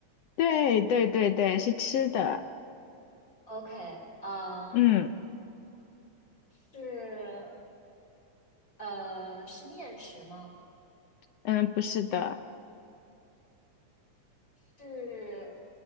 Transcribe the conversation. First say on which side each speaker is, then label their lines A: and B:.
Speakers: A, on the left; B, on the left.
A: 对对对对，是吃的。
B: ？OK，啊、
A: 嗯
B: 是呃是面食吗？
A: 嗯，不是的。
B: 是